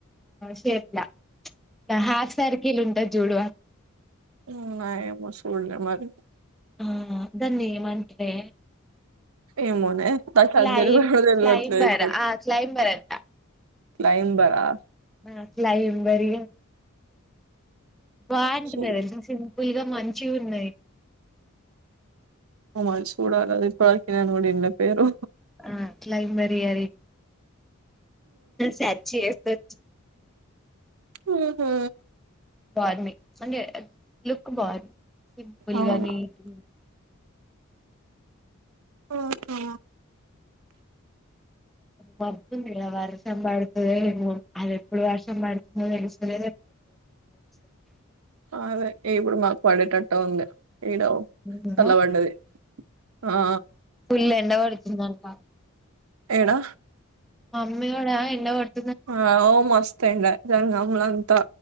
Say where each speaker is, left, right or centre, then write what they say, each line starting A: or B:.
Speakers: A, in the centre; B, on the right.
A: షేప్లా హాఫ్సార్కీలు ఉంటద్ జూడు
B: ఉమ్ ఆ ఏమో సూడ్లే మరి
A: ఆ దాన్నీ ఏమంట్రే
B: ఏమోనే నాకు
A: క్లై
B: అది తెల్వనే తెల్వట్లేదు
A: క్లైంబర
B: ఇప్పుడు
A: ఆ క్లైంబర్ అ
B: క్లైంబరా
A: ఆ క్లైమ్ బరియే బాగుంటున్నాయ్
B: చూ
A: తెల్సా సింపుల్గా మంచిగా ఉన్నాయ్.
B: ఏమో సూడాల అది ఇప్పడ్ వరకి వినన్ కూడా విన్లేదు పేరు
A: ఆ క్లైంబరి అది సర్చ్ చేసొచ్
B: ఊహు
A: బాంది మంచిగా లుక్ బాంది సింపుల్గానీ
B: అవునా
A: నీట్
B: ఆ హొ
A: మబ్బుంది కదా వర్షంబడుతది ఎమో అది ఎప్పుడు వర్షంబడుతుం తెలుస్తలే <unintelligible>
B: ఆహా అదే ఇప్పుడు మాకు పడేటట్టే ఉంది ఈడ
A: నిన్న
B: చల్లబడ్డది ఆ ఆ
A: పుల్ ఎండ పడుతుందంట.
B: ఏడా
A: మమ్మీకాడా ఎండ పడ్
B: ఆ ఓ మస్త్ ఎండ జ అమ్లంతా